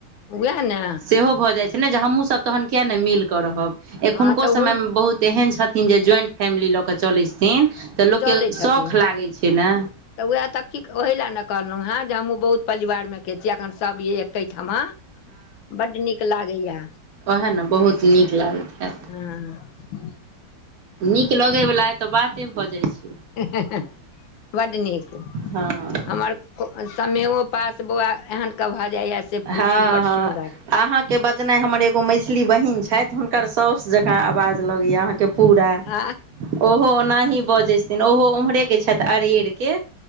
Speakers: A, on the left (about 80°); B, on the right (about 60°).
A: उएह ने
B: सेहोक्षभ जाय छै ने जे हमु सब तहन किया नै मील के रहब एखोनको
A: हँ तऽ
B: समय
A: हुन
B: मे बहुत तेहन छथिन जे ज्वइंट फैमिली लऽ कऽ चलै छथिन तऽ लोकके
A: चलै छथिन
B: शौख लागै छै ने
A: तऽ उएह त की ओहि लए ने कहलहुं हें जे हमहुँ बहुत परलिवार मे के छी एखन सब यै एकेठमा बड्ड नीक लागै या
B: ओहे ने बहुत नीक लागैत हेत
A: ह
B: नीक लगै वला एतऽ बाते भऽ जाय छै
A: <unintelligible> बड नीक
B: हँ
A: हमर आ समेयो पास बौआ एहेन भऽ जाइए से पूछू
B: हँ
A: बड सुन्दर
B: हँ अहाँके बजनाइ हमर एगो मैझली बहिन छैथ हुनकर साउस जकाँ आवाज लगैय अहाँके पूरा
A: आ
B: ओहो ओनाही बजै छथिन ओहो उम्हरेके छैथ अरेरके